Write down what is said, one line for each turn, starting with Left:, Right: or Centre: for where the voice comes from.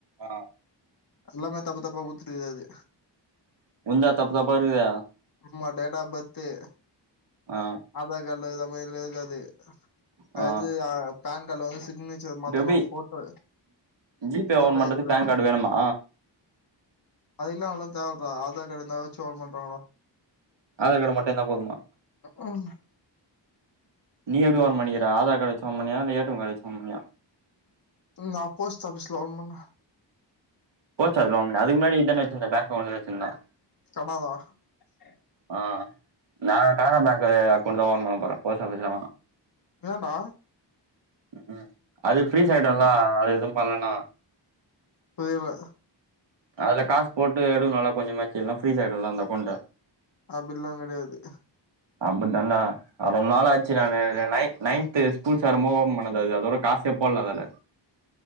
Right: ஆஹ்
Left: எல்லாமே தப்பு தப்ப குத்துட்டுக்காது
Right: உந்தா தப்பு தப்பா இருக்குது
Left: நம்ப டேட்டா ஆப் பத்து
Right: ஆ
Left: ஆதார் கார்டுல போய்லேக்காது அத
Right: ஆ
Left: எத்து பான் கார்டுல வந்து சிக்னேச்சர் மாத்தணு
Right: இப்ப எப்டி
Left: போட்டோ
Right: ஜி பே
Left: போட்டோ
Right: ஓபன் பண்றதுக்கு
Left: இல்ல
Right: பேன் கார்டு வேணுமா
Left: அதுக்கல்லாம் அவளா தேவயில்லை டா ஆதார் கார்டு இருந்தசும் ஓபன் பண்றங்களா
Right: ஆதார் கார்டு மட்டும் இருந்த போதுமா
Left: உம்
Right: நீ எப்டி ஒபன் பண்ணிக்கிற ஆதார் கார்டு வச்சு ஓபன் பண்ணியா இல்ல ஏ டி எம் கார்டு வச்சு பண்ணியா
Left: நா போஸ்ட் ஆபிஸ்ல ஓபன் பண்ணுனே
Right: போஸ்ட் ஆபீஸ்ல ஓபன் பண்ணிய அதுக்கு முன்னாடி இதான வச்சுயிருந்த பேங்க் அக்கௌன்ட் வச்சிருந்தா
Left: <unintelligible>
Right: ஆஹ் நா கனரா பேங்க் கிடையா கொண்டு தான் வரனுனாபோறேன் போஸ்ட் ஆபீஸ் வேணா
Left: ஏன்டா
Right: உம் அது ஃப்ரீஸ் ஆயிடும்ல வேல எதும் பண்லான
Left: புரியல
Right: அதுல காஸ் போட்டு எடுக்குனுலா கொஞ்சமாச்சு இல்லனா ஃப்ரீஸ் ஆயிடும்லா அந்த அக்கௌன்ட்டு
Left: அப்பில்லா கிடையாது
Right: அப்டி தான்டா அது ரொம்ப நாளாச்சு நானு நைட் நைன்த்து ஸ்கூல் சேரும்மோ ஓபன் பண்ணது அது அதோட காசே போலா அதல